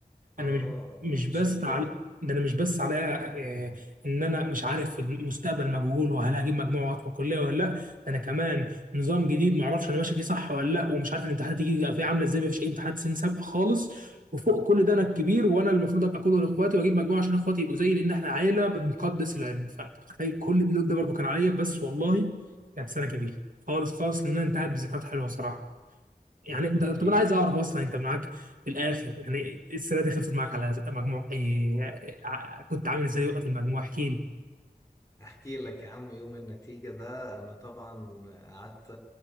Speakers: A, on the left; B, on the right.
A: اه
B: انا مش مش
A: عشان
B: بس
A: كده
B: على ده انا مش بس على آه، ان انا مش عارف المستقبل مجهول وهل هجيب مجموع وادخل كليه ولا لا ده انا كمان نظام جديد ما اعرفش انا ماشي فيه صح ولا لا ومش عارف الامتحانات هتيجي فيه عامله ازاي ما فيش اي امتحانات سنين سابقه خالص وفوق كل ده انا الكبير وانا المفروض ابقى قدوه لاخواتي واجيب مجموع عشان اخواتي يبقوا زيي لان احنا عائله بنقدس العلم فانت متخيل كل اللود ده برضه كان عليا بس والله كانت سنه جميله خالص خالص لان أنا انتهت بذكريات حلوه صراحه يعني
A: دي حقيقة
B: انت طب انا عايز اعرف اصلا انت معاك في الاخر يعني السنه دي خلصت معاك على مجموع اي ع- كنت عامل ازاي وقت المجموع احكي لي
A: هحكي لك يا عم يوم النتيجة ده انا طبعا قعدت